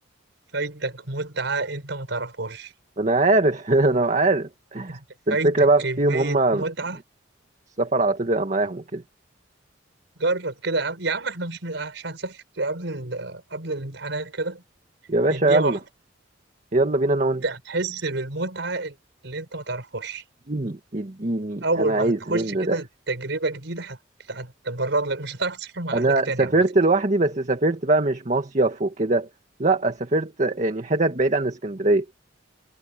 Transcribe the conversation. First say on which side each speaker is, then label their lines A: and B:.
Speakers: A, on the right; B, on the right.
A: فايتك متعه انت ما تعرفهاش
B: انا عارف <laughs> انا عارف بس
A: انت فايتك
B: الفكره بقى
A: كميه
B: فيهم هم
A: متعه
B: السفر على طول بيبقى معاهم وكده
A: جرب كده يا عم يا عم احنا مش مش هنسافر قبل ال... قبل الامتحانات كده
B: يا باشا
A: نديها
B: يلا
A: واحده
B: يلا بينا انا وانت
A: هتحس بالمتعه اللي انت ما تعرفهاش
B: اديني اديني
A: اول
B: انا
A: ما
B: عايز
A: هتخش
B: منه
A: كده
B: ده
A: تجربه جديده هت- هتبرر لك مش هتعرف تسافر مع
B: انا
A: اهلك تاني
B: سافرت
A: عامه
B: لوحدي بس سافرت بقى مش مصيف وكده لا سافرت يعني حتت بعيد عن اسكندريه